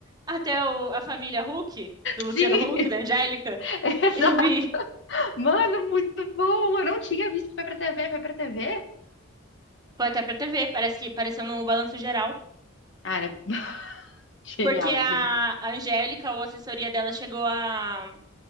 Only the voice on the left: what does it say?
Sim!
<laughs> Exa-
Mano, muito bom! Eu não tinha visto que foi pra TV, foi pra TV?
Cara, <laughs> genial,
juro.